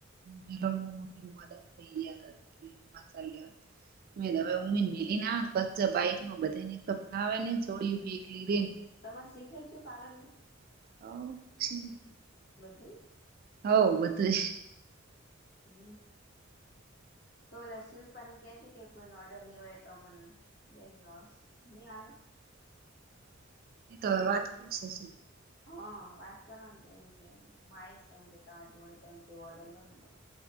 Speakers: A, on the right; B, on the left.
A: વિલોબમી મદદ થઈ જ મસાલે મે હવે <unintelligible> મેલી ના પંચર બાઈકમાં બધાને એક તો ફાવે નહી ને છોડી <unintelligible>
B: તમારે શીખાય છ પાલન નું
A: હવ શી
B: બધુઈ
A: હવ બધુંજ
B: હમ્મ, તો લાશુલ પણ કેજ કે કોઈને ઓર્ડર લેવાય તો મન એ <unintelligible> નહીં આવે
A: એ તો હવે વાત કરશે શ
B: હા, વાત કરવા ને તો એમ કે હું આવીશ એમ કે તમારી જોડે તમે જે ઓર્ડર લો ને તો